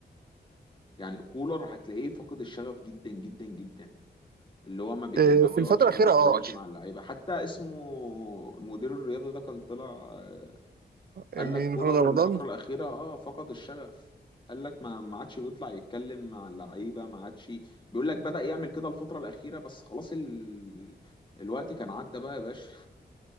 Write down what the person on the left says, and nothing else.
يعني كولر هتلاقيه فقد الشغف جدا جدا جدا اللي هو ما بيك...
ما بيقعدش
ما بيتكلمش
مع اللعيبه حتى اسمه المدير الرياضي ده كان طلع آه، قال
لك كولر
الفترة الأخيرة اه فقد الشغف قال لك ما ما عادش بيطلع يتكلم مع اللعيبة ما عادش بيقول لك بدأ يعمل كده الفترة الأخيرة بس خلاص ال... الوقت كان عدى بقى يا باشا